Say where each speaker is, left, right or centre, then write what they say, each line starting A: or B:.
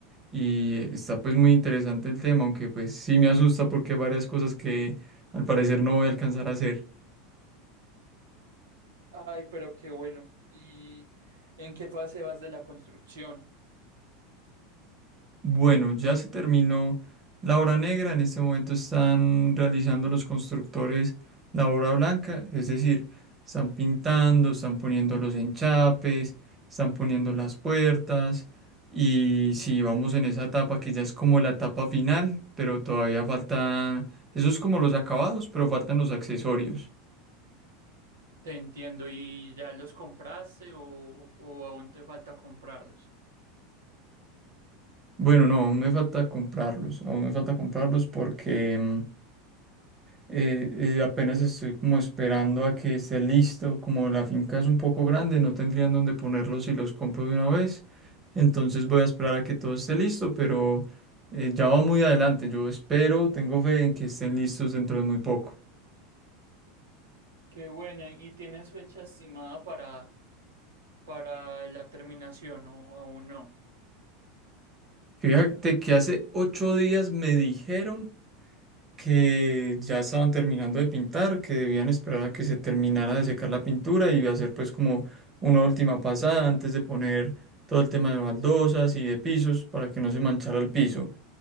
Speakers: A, on the right; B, on the right.
A: y está pues muy interesante el tema, aunque pues sí me asusta porque hay varias cosas que al parecer no voy a alcanzar a hacer.
B: Ay, pero qué bueno. ¿Y en qué fase vas de la construcción?
A: Bueno, ya se terminó la obra negra. En este momento están realizando los constructores la obra blanca, es decir, están pintando, están poniendo los enchapes, están poniendo las puertas. Y si vamos en esa etapa que ya es como la etapa final, pero todavía faltan, eso es como los acabados, pero faltan los accesorios.
B: Te entiendo. ¿Y ya los compraste o, o aún te falta comprarlos?
A: Bueno, no, aún me falta comprarlos, aún me falta comprarlos porque mm, Eh, eh, apenas estoy como esperando a que esté listo, como la finca es un poco grande, no tendrían dónde ponerlos si los compro de una vez. Entonces voy a esperar a que todo esté listo, pero eh, ya va muy adelante. Yo espero, tengo fe en que estén listos dentro de muy poco.
B: Qué bueno. ¿Y tienes fecha estimada para, para la terminación o aún no?
A: Fíjate que hace ocho días me dijeron que ya estaban terminando de pintar, que debían esperar a que se terminara de secar la pintura y hacer pues como una última pasada antes de poner todo el tema de baldosas y de pisos para que no se manchara el piso.